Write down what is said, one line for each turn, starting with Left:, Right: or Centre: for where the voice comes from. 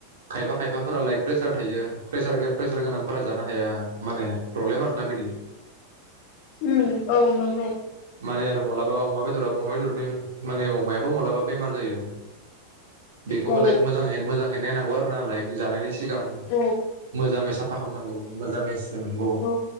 Right: खायफा खायफाफोरा लाइक प्रेसार थायो प्रेसार प्रेसार गोनांफोरा जानो हाया माने प्रब्लेम आरोना बिदि
Left: उम औ नंगौ।
Right: माने आरो मालाबा अमा बेदर अमा बेदरनि माने अमायाबो मालाबा बेमार जायो। बेखौबो
Left: औ
Right: लायक मोजाङैनो मोजां ओंखायनो नांगौ आरो ना लायदि जानायनिस सिगां
Left: औ
Right: मोजाङै साब मफाहामनांगौ मोजाङैस नंगौ
Left: औ